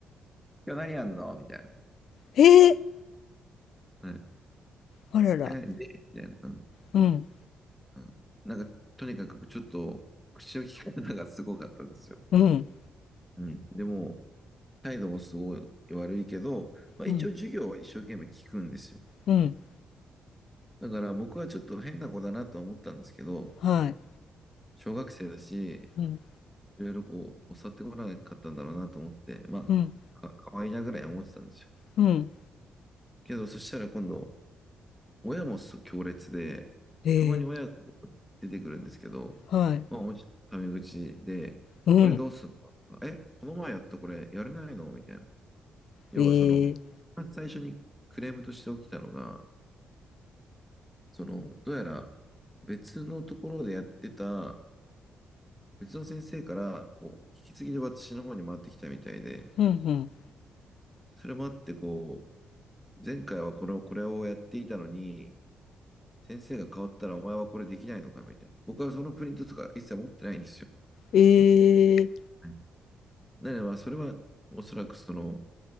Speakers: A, in the centre; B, on the left.
A: 今日何やんのみたいな。
B: へえ。
A: は
B: あらら。
A: え、で、みたいな。うん。
B: うん、
A: うん。なんか、とにかくちょっと、口の利き方がすごかったんですよ。
B: うん、
A: うん。でも、態度もすごい悪いけど、まあ、
B: うん、
A: 一応授業は一生懸命聞くんですよ。
B: うん、
A: だから僕はちょっと変な子だなとは思ったんですけど、
B: はい、
A: 小学生だし、
B: うん、
A: いろいろこう、教わってこなかったんだろうなと思って、まあ、
B: うん、
A: か、かわいいなぐらい思ってたんですよ。
B: うん、
A: けど、そしたら今度、親もす強烈で、
B: ええ、
A: たまに親が出てくるんですけど、
B: はい、
A: まあ、おじタメ口で、
B: うん、
A: これどうすんのえ、この前やったこれやれないのみたいな。要はその、
B: えー
A: まず最初にクレームとして起きたのが、その、どうやら別のところでやってた、別の先生から、こう、引き継ぎで私の方に回ってきたみたいで、
B: うん、うん、
A: それもあって、こう、前回はこれを、これをやっていたのに、先生が変わったらお前はこれできないのかみたいな。僕はそのプリントとか一切持ってないんですよ。
B: えー
A: はいなので、まあ、それはおそらくその、